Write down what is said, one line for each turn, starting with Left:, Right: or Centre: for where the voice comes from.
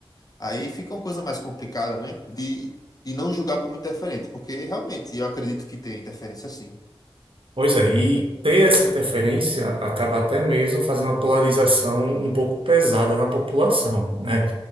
Left: Aí fica uma coisa mais complicada, né? De e não julgar como interferente, porque realmente eu acredito que tem interferência sim.
Right: Pois é, e ter essa interferência acaba até mesmo fazendo uma polarização um pouco pesada na população, né?